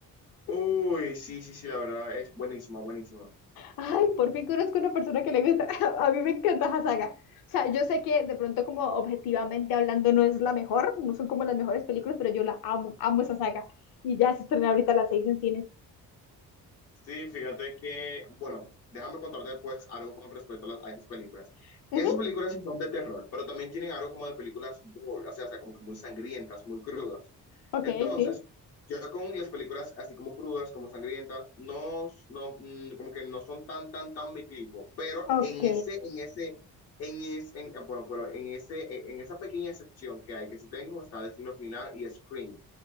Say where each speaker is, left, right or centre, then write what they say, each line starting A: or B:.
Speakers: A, on the left; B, on the left.
A: Uy, sí, sí, sí, la verdad es buenísima, buenísima.
B: Ay, por fin conozco una persona que le gusta, <laughs> a mí me encanta esa saga. O sea, yo sé que de pronto como objetivamente hablando no es la mejor, no son como las mejores películas, pero yo la amo, amo esa saga. Y ya se estrena ahorita a las seis en cines.
A: Sí, fíjate que, bueno, déjame contarte después algo con respecto a, las- a esas películas.
B: Ujú,
A: Esas películas sí son de terror, pero también tienen algo como de películas gore, o sea, o sea, como que muy sangrientas, muy crudas.
B: Ok,
A: Entonces,
B: sí.
A: yo con las películas así como crudas, como sangrientas, no, no, mm, como que no son tan, tan, tan mi tipo, pero
B: Ok,
A: en ese, en ese, en es- en- bueno, pero en ese, en, en esa pequeña excepción que hay, que sí tengo, está Destino Final y Scream